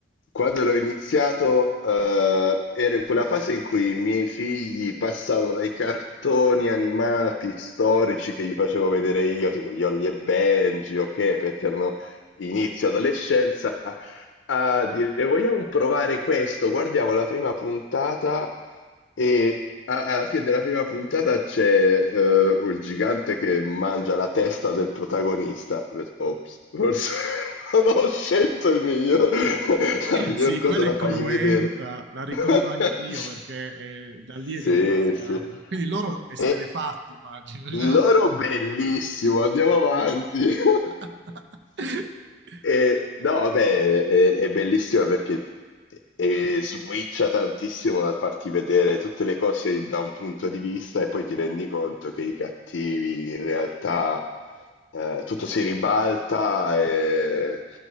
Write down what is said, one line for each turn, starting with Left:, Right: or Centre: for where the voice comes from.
Left: quando l'ho iniziato, eh, ero in quella fase in cui i miei figli passavano dai cartoni animati storici che gli facevo vedere io, tipo gli Holly e Benji, ok, perché erano inizio adolescenza, a dire vogliamo provare questo, guardiamo la prima puntata e a- alla fine della prima puntata c'è eh, il gigante che mangia la testa del protagonista. Ops, forse <laughs> non ho scelto il miglior, <laughs> la miglior
Right: Sì,
Left: cosa
Right: quella
Left: da
Right: è
Left: fargli
Right: cruenta,
Left: vedere.
Right: la ricordo
Left: <laughs>
Right: anch'io perché è da
Left: Sì,
Right: lì che ho iniziato.
Left: sì.
Right: Quindi loro esterefatti,
Left: E
Right: immagino. cioè.
Left: loro bellissimo, andiamo avanti. <laughs>
Right: <laughs>
Left: E, no, vabbè, è, è bellissima perché e switcha tantissimo dal farti vedere tutte le cose da un punto di vista e poi ti rendi conto che i cattivi in realtà eh, tutto si ribalta e,